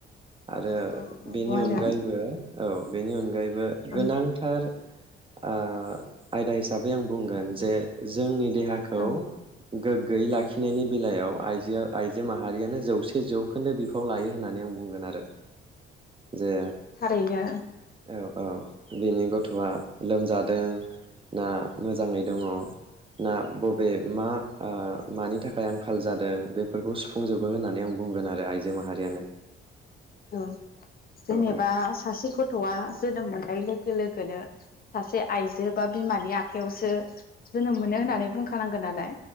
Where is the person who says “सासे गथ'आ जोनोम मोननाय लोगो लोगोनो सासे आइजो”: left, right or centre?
Left